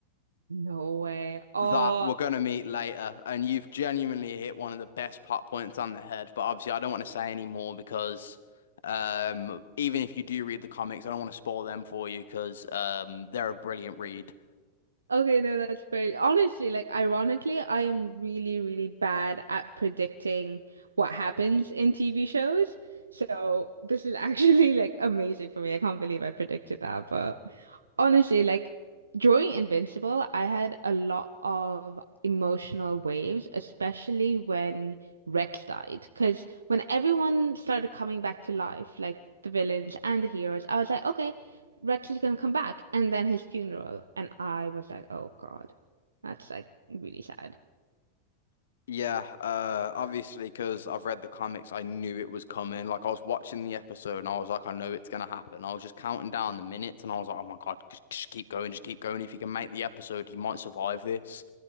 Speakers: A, on the right; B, on the left.
A: No way. Oh,
B: that we're gonna meet later, and you've genuinely hit one of the best plot points on the head. But obviously I don't want to say any more because um even if you do read the comics, I don't want to spoil them for you because um they're a brilliant read.
A: Okay, no, that's fair. Honestly, like ironically, I am really, really bad at predicting what happens in TV shows. So this is <laughs> actually like amazing for me. I can't believe I predicted that. But honestly, like during Invincible, I had a lot of emotional waves, especially when Rex died. Because when everyone started coming back to life, like the villains and the heroes, I was like, okay. Radcliffe gonna come back? And then his funeral. And I was like, oh God, that's like really sad.
B: Yeah, uh, obviously, because I've read the comics, I knew it was coming. Like, I was watching the episode and I was like, I know it's gonna happen. I was just counting down the minutes and I was like, oh my God, just, just keep going, just keep going. If he can make the episode, he might survive this.